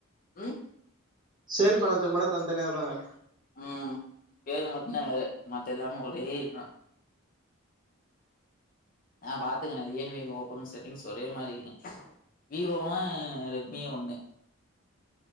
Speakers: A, on the left; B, on the right.
A: உம்
B: சேல் பணத்து முட தனி தனியா இருகாங்க
A: உம் பேரு மத்தனா வேர மத்த எல்லாமே ஒரே இதுதா ஆ பாத்துக்கோன ரியல்பி ஓப்போகூ செட்டிங்ஸ் ஒரே மாரி இருக்கூ விவோவும் ரெட்மியும் ஒண்ணு